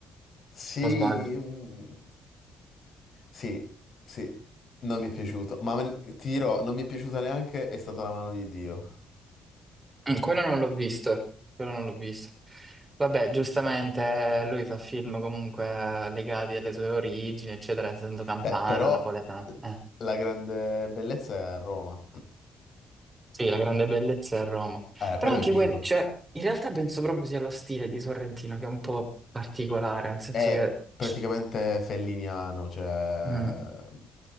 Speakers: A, on the left; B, on the right.
A: Sì,
B: o sbaglio.
A: mm, Sì, sì, non mi è piaciuto, ma me- ti dirò, non mi è piaciuta neanche È stata la mano di Dio.
B: Mm, Quello non l'ho visto, quello non l'ho visto. Vabbè, giustamente eh, lui fa film comunque legati alle sue origini, eccetera, essendo campano,
A: Beh, però
B: napoletano. Eh,
A: la grande bellezza è a Roma.
B: sì, la grande bellezza è Roma.
A: Eh,
B: Però
A: quello
B: anche
A: mi è piaciuto.
B: quel, cioè, in realtà penso proprio sia lo stile di Sorrentino che è un po' particolare, nel senso
A: È
B: che,
A: praticamente
B: ci-
A: felliniano, cioè
B: mm,